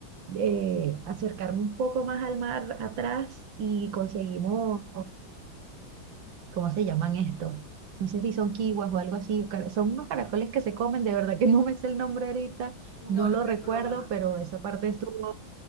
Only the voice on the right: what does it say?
de acercarme un poco más al mar atrás y conseguimos ¿cómo se llaman estos? No sé si son kiwas o algo así, cara- son unos caracoles que se comen, de verdad que no me sé el nombre ahorita, no
lo
recuerdo,
pero esa parte estuvo,